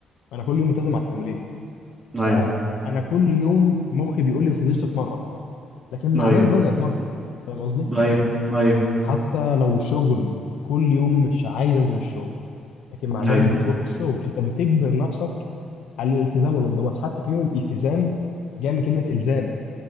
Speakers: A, on the left; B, on the right.
A: انا كل يوم ملتزم على التمرين
B: ايوه
A: فانا كل يوم مخي بيقول لي ما تنزلش تتمرن لكن مع
B: ايوه
A: ذلك بنزل اتمرن فاهم قصدي
B: ايوه ايوه
A: حتى لو شغل كل يوم مش عايز انزل الشغل لكن مع ذلك
B: ايوه
A: بتروح الشغل انت بتجبر نفسك على الالتزام والانضباط حتى كلمه التزام جايه من كلمه الزام